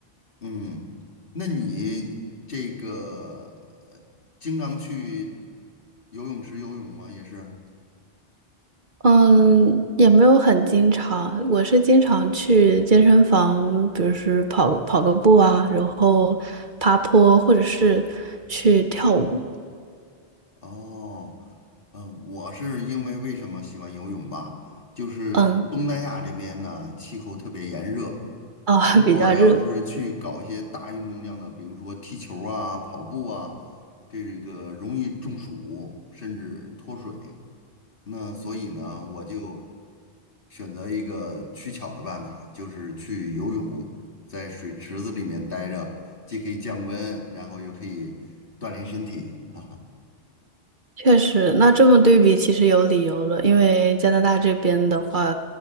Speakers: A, on the left; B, on the right.
A: 嗯，那你这个呃，经常去游泳池游泳吗？也是。
B: 嗯，也没有很经常，我是经常去健身房，比如是跑跑个步啊，然后爬坡，或者是去跳舞。
A: 哦，呃，我是因为为什么喜欢游泳吧？就是东南亚这边呢，
B: 嗯，
A: 气候特别炎热。
B: 啊，
A: 如果要是去搞一些大运动量的，
B: <laughs> 比较热，
A: 比如说踢球啊、跑步啊，这个容易中暑，甚至脱水。那所以呢，我就选择一个取巧的办法，就是去游泳，在水池子里面待着，既可以降温，然后又可以锻炼身体啊。
B: 确实。那这么对比，其实有理由了，因为加拿大这边的话，